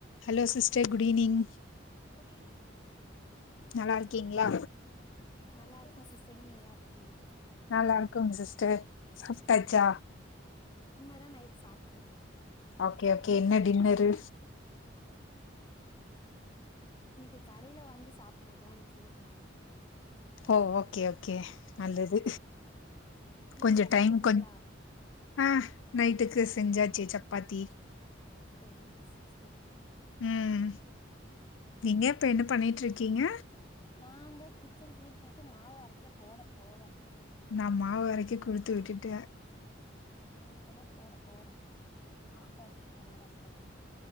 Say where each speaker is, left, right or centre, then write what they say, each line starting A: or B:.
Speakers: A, on the left; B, on the left.
A: Hello sister good evening
B: good evening sister
A: நல்லாருக்கீங்ளா
B: நல்லா இருக்கோ சிஸ்டர் நீங்க நல்லா இருக்கீங்ளா
A: நல்லா இருக்கோ சிஸ்டர் சாப்டாச்சா
B: இனிமே தா நைட்டு சாப்புட்ணு
A: ஓகே ஓகே என்ன டின்னரு
B: இன்னைக்கு கடையில வாங்கி சாப்பிடலான்னு சொல்லி பிளான் பண்ணி
A: ஓ ஓகே ஓகே நல்லது
B: நீங்க
A: கொஞ்சோ
B: சமைச்சிட்டீங்களா
A: டைம் கொஞ் ம் நைட்டுக்கு செஞ்சாச்சு சப்பாத்தி
B: சேரி சேரி
A: ம் நீங்க இப்ப என்ன பண்ணிட்டு இருக்கீங்க
B: நா இந்த கிச்சன் கிளீன் பண்ணிட்டு மாவு அரைக்க போட போறே
A: நா மாவு அரைக்க குடுத்து விட்டுட்டு
B: நா இப்பதா போட போறே ஆப்பாத்துக்கு மாவு அரைக்கலான்னு